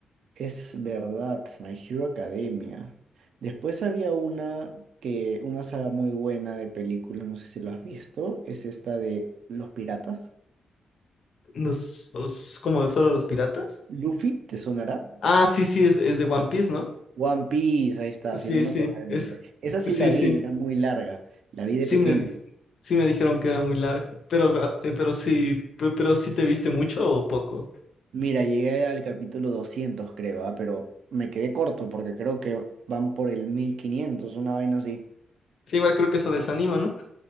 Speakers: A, on the right; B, on the left.
A: Es verdad, My Hero Academia. Después había una que, una saga muy buena de películas, no sé si lo has visto, es esta de Los Piratas.
B: Los, los- como de solo los piratas.
A: Luffy, ¿te sonará?
B: Ah, sí, sí, es, es de One Piece, ¿no?
A: One Piece, ahí está,
B: Sí,
A: si no me
B: sí,
A: acordaba el
B: es,
A: nombre. Esa sí
B: sí,
A: la vi,
B: sí,
A: era muy larga, la vi de
B: sí
A: pequeña.
B: me, di- sí me dijeron que era muy larga, pero, ga- eh, pero sí, pe- pero sí te viste mucho o poco.
A: Mira, llegué al capítulo 200 creo, ah, Pero me quedé corto porque creo que van por el 1500 una vaina así.
B: Sí, igual creo que eso desanima, ¿no?